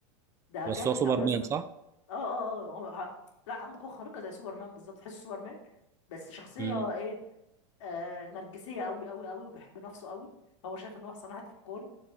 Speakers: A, on the left (about 70°); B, on the right (about 20°).
A: ده
B: بس
A: جامد
B: هو سوبرمان
A: قوي يا اسطى
B: صح؟
A: اه اه اه هو ه... لا عنده قوة خارقة زي سوبرمان بالظبط تحس سوبرمان بس شخصية
B: مم.
A: ايه آه نرجسية قوي قوي قوي وبيحب نفسه قوي هو شايف ان هو احسن واحد في الكون